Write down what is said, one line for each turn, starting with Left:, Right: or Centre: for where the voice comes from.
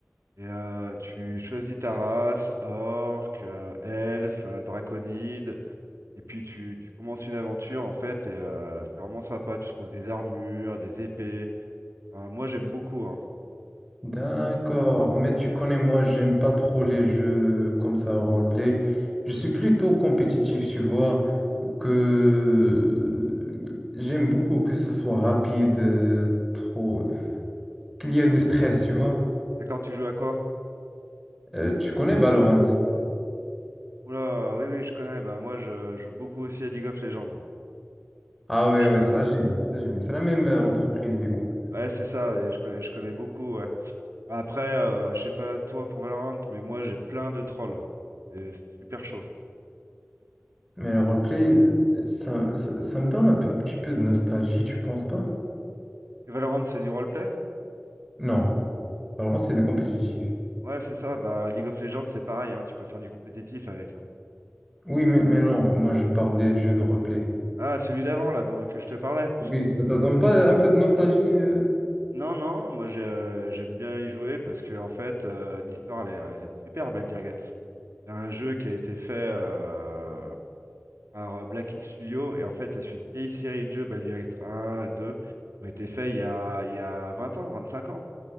Right: et euh, tu choisis ta race, orc, euh, elfe, euh, draconide et puis tu, tu commences une aventure en fait et euh, c'est vraiment sympa. Tu trouves des armures, des épées. Enfin, moi j'aime beaucoup, hein.
Centre: D'accord, mais tu connais, moi, j'aime pas trop les jeux comme ça, roleplay. Je suis plutôt compétitif, tu vois, que j'aime beaucoup que ce soit rapide, euh, trop, qu'il y a du stress, tu vois.
Right: D'accord, tu joues à quoi?
Centre: Euh, tu connais Valorant?
Right: Oula, oui, oui, je connais. Bah, moi, je joue beaucoup aussi à League of Legends. Donc,
Centre: Ah ouais,
Right: ouais, je
Centre: ouais,
Right: connais.
Centre: ça j'aime bien, ça j'aime bien. C'est la même euh, entreprise du coup.
Right: Ouais, c'est ça, et je connais, je connais beaucoup. ouais. Après, euh, je sais pas toi pour Valorant, mais moi, j'ai plein de trolls. Et C'est super chaud.
Centre: Mais le roleplay, euh, ça, ça, ça me donne un peu- petit peu de nostalgie, tu penses pas?
Right: Et Valorant, c'est du roleplay?
Centre: Non. Alors, c'est des compétitifs.
Right: Ouais, c'est ça. Bah, League of Legends, c'est pareil. hein, Tu peux faire du compétitif avec. hein.
Centre: Oui, mais, mais non, moi je parle des jeux de roleplay.
Right: Ah, celui d'avant, là, donc, que je te parlais.
Centre: Oui, ça te donne pas un peu de nostalgie euh
Right: Non, non, moi, j'ai, euh, j'aime bien y jouer parce que, en fait, euh, l'histoire, elle est, elle est super belle, Dirgats. C'est un jeu qui a été fait. euh, par euh, Black Hill Studio. Et en fait, ça suit une vieille série de jeux, Baldur's Gate 1, 2, qui ont été faits il y a, il y a 20 ans, 25 ans.